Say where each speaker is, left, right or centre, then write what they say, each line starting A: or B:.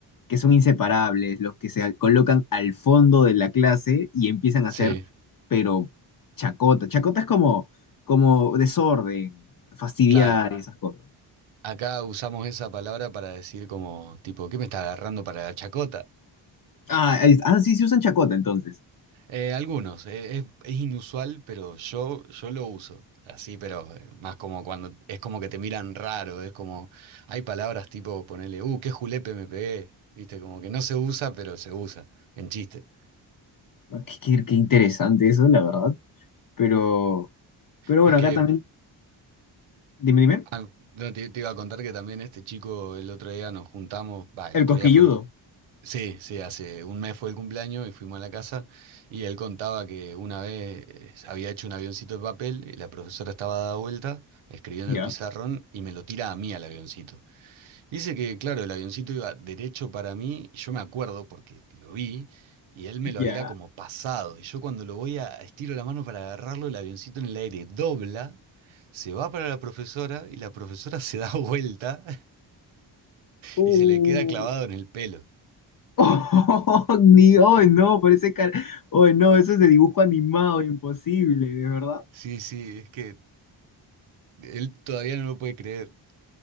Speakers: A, on the left (about 45°); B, on the right (about 85°).
A: que son inseparables, los que se colocan al fondo de la clase y empiezan
B: Sí,
A: a hacer, pero chacota. Chacota es como, como desorden, fastidiar
B: claro.
A: y esas cosas.
B: Acá usamos esa palabra para decir como, tipo, ¿qué me está agarrando para la chacota?
A: Ah, es- ah, sí, se usan chacota entonces.
B: Eh, algunos, eh, es, es inusual, pero yo, yo lo uso. Así, pero eh, más como cuando es como que te miran raro, es como, hay palabras tipo ponerle, uh, qué julepe me pegué, viste, como que no se usa, pero se usa, en chiste.
A: Ah, Qué, qué- qué interesante eso, la verdad. Pero, pero bueno,
B: Es que
A: acá también, dime, dime,
B: Ah, no, te, te iba a contar que también este chico el otro día nos juntamos, va, el
A: el
B: otro
A: cosquilludo.
B: día fue el... cu- Sí, sí, hace un mes fue el cumpleaños y fuimos a la casa y él contaba que una vez eh, había hecho un avioncito de papel y la profesora estaba dada vuelta escribiendo
A: Ya,
B: el pizarrón y me lo tira a mí al avioncito. Dice que, claro, el avioncito iba derecho para mí, y yo me acuerdo porque lo vi, y él me lo
A: ya.
B: había como pasado. Y yo cuando lo voy a estiro la mano para agarrarlo, el avioncito en el aire dobla, se va para la profesora, y la profesora se da <laughs> vuelta
A: Uh.
B: y se le queda clavado
A: <laughs>
B: en el pelo.
A: Oh, ni, oh, no, parece car... Oh, no, eso es de dibujo animado, imposible, de verdad.
B: Sí, sí, es que él todavía no lo puede creer.